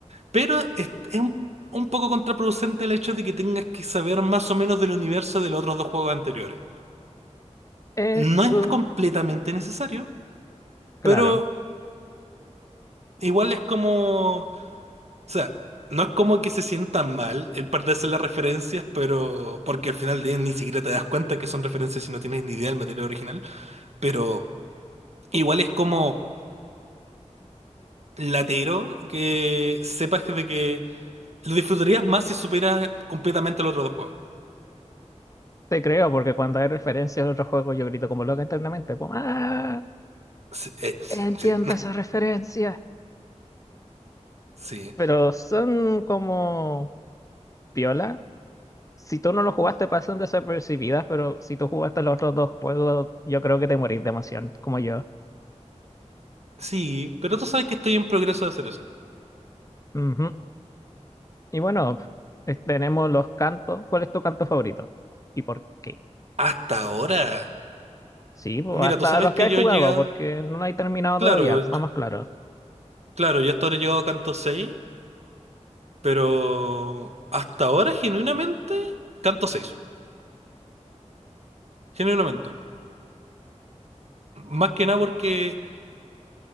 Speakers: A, on the right; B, on the left.
A: pero es, es un, un poco contraproducente el hecho de que tengas que saber más o menos del universo de los otros dos juegos anteriores.
B: Eso.
A: No es completamente necesario,
B: Claro,
A: pero igual es como... O sea, no es como que se sienta mal el perderse las referencias, pero... Porque al final del día ni siquiera te das cuenta que son referencias si no tienes ni idea del material original, pero igual es como latero que sepas de que Lo disfrutarías más si supieras completamente los otros dos juegos.
B: te creo, porque cuando hay referencias de otros juegos yo grito como loca internamente, como, ¡ah!
A: Sí, eh, sí,
B: Entiendo
A: sí,
B: esas referencias.
A: <laughs> sí,
B: Pero son como piola. Si tú no lo jugaste, pasan desapercibidas, pero si tú jugaste los otros dos juegos, yo creo que te morís de emoción, como yo.
A: sí, pero tú sabes que estoy en progreso de hacer eso.
B: Ujú. Y bueno, es- tenemos los cantos. ¿Cuál es tu canto favorito? ¿Y por qué?
A: Hasta ahora,
B: Sí, pues,
A: mira,
B: hasta
A: tú sabes
B: los
A: que
B: que has
A: yo
B: jugado,
A: he llegado,
B: porque no lo he terminado
A: claro,
B: todavía, estamos
A: yo-
B: claros.
A: claro, yo hasta ahora he llegado a Canto seis pero hasta ahora genuinamente Canto seis genuinamente. Más que nada porque